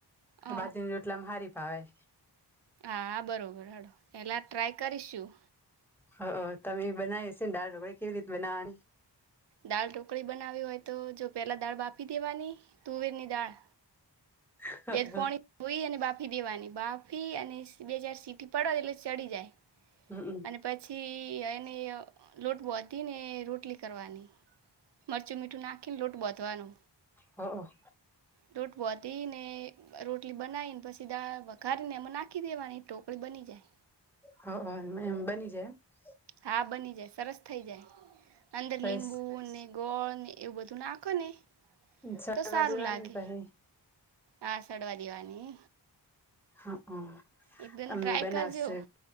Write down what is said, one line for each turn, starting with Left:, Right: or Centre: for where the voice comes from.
Right: હ.
Centre: બાજરીની રોટલામાં હારી ભાવે
Right: હા બરોબર હડો એેલા ટ્રાય કરીશું.
Centre: હ તમે બનાવી હશે ને દળ ઢોકળે કેવી રીતે બનાવાની
Right: દાળ ટોકળી બનાવી હોય તો જો પહેલાં દાળ બાફી દેવાની તુવેરની દાળ
Centre: હમ
Right: બેજ પોણી ધોઈ અને બાફી દેવાની બાફી અને બે ચાર સીટી પડે એટલે ચડી જાય.
Centre: હમમ.
Right: અને પછી એને લોટ બાધી ને રોટલી કરવાની. મરચું મીઠું નાખીને લોટ બાોધવાનો.
Centre: હા.
Right: ટુટ બહોતીને. એ રોટલી બનાવીને પછી દાળ વઘારીને એમાં નાખી દેવાની ધોકળી બની જાય.
Centre: હ હ એમ બની જાય એમ
Right: હા બની જાય સરસ થઇ જાય. અંદર લીંબુ
Centre: બસ
Right: ને ગોળ ને એવું બધું નાખોને
Centre: સડવા
Right: તો સારું
Centre: દેવાની
Right: લાગે
Centre: પહી
Right: આ સડવા દેવાની
Centre: હા હ
Right: એકદમ
Centre: અમે
Right: ટ્રાય
Centre: બનાવશે
Right: કરજો